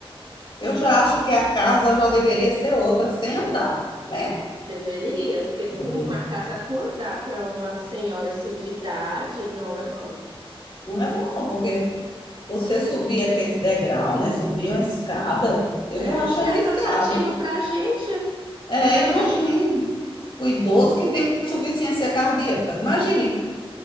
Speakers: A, on the left; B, on the right.
A: Eu já acho que a casa já deveria ser outra sem andar, né?
B: Deveria, porque com
A: Deveria.
B: uma casa com andar para uma senhora assim de idade, não é bom.
A: Não é bom, não, porque você subir aquele degrau, né? Subir uma escada, eu
B: É,
A: já acho
B: já
A: arriscado.
B: é cansativo para a gente.
A: É,
B: Imagine
A: imagine.
B: pro...
A: O idoso que tem insuficiência cardíaca. Imagine.